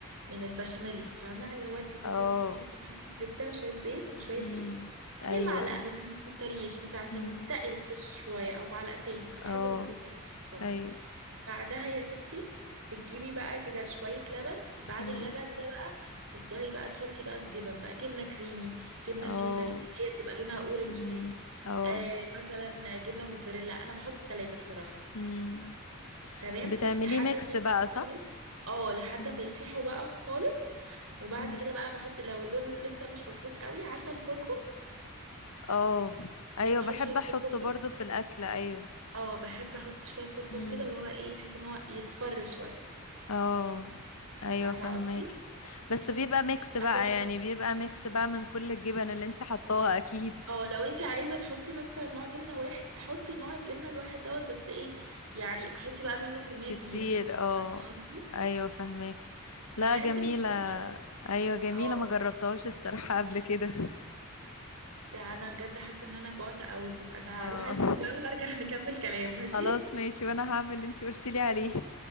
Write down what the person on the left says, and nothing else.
اه
امم
ايوه
امم
اه
ايوه
مم.
اه
امم
اه
امم
بتعمليه
ميكس
بقى صح
امم
امم
اه ايوه
بحب
احطه
برضو في الاكل ايوه
امم
اه ايوه
فهماكي
بس بيبقى ميكس بقى
يعني بيبقى ميكس بقى من كل الجبن اللي انت حطاها اكيد
كتير
اه
ايوه فهماكي
لا جميلة
ايوه جميلة
ما جربتهاش الصراحة قبل كده
اه
خلاص ماشي وانا هعمل اللي انت قلتي لي عليه